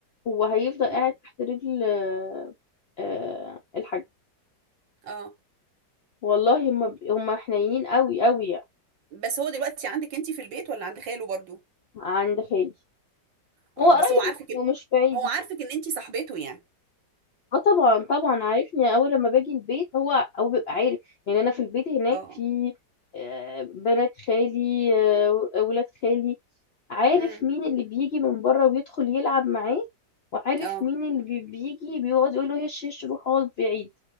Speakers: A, on the left; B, on the right.
A: هو هيفضل قاعد
B: مم.
A: تحت رجل آه، آه، الحاج
B: اه
A: والله هم هم حنينين قوي قوي يعني
B: بس هو دلوقتي عندك انتي في البيت ولا عند خاله برضو
A: عند خالي
B: اه
A: هو قريب
B: بس هو عارفك
A: ومش
B: ال-
A: بعيد
B: هو عارفك ان انتي صاحبته يعني
A: اه طبعا طبعا عارفني اول لما باجي البيت هو هو بيبقى عارف يعني انا في البيت هناك
B: اه
A: في آه، بنات خالي آه، ولاد خالي عارف
B: امم
A: مين اللي بيجي من بره ويدخل يلعب معاه وعارف
B: اه
A: مين اللي بي- بيجي بيقعد يقول له هش هش روح اقعد بعيد